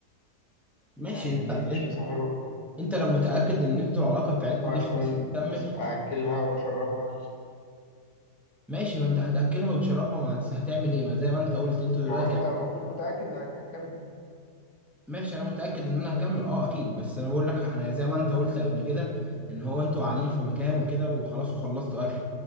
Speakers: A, in the centre; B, on the left (about 50°).
A: ماشي
B: يعني
A: انت انت
B: مش مصاحبها
A: انت لو متاكد ان انتوا العلاقه بتاعتكم
B: عشان
A: دي خلاص هتكمل
B: أصر- اكلها واشربها
A: ماشي ما انت هتاكلها وتشربها ما هت- هتعمل ايه ما زي ما انت قلت انتوا
B: ما
A: دلوقتي
B: هو انت المفروض متاكد انك هتكمل
A: ماشي انا متاكد ان انا هكمل اه اكيد بس انا بقول لك انا زي ما انت قلت قبل كده ان هو انتوا قاعدين في مكان وكده وخلاص وخلصتوا اكل